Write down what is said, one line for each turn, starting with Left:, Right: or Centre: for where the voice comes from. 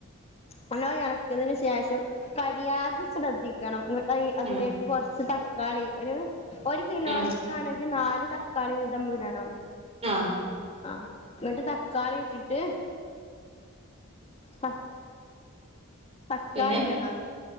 Left: നല്ലോയ്എളക്കിയതിന് ശേഷം കാരി വീയാതെ ശ്രദ്ധിക്കണം ന്നിട്ടൈ അതിലേക്ക്
Right: ഉം
Left: കൊറച്ച് തക്കാളി ഒരു ഒരു കിലോൻക്കാണെങ്കി
Right: ഉം
Left: നാല് തക്കാളി വീതം ഇടണം
Right: ആഹ്
Left: ആഹ് എന്നിട്ട് തക്കാളി ഇട്ടിട്ട് തക് തക്കാളീടണാ
Right: പിന്നെ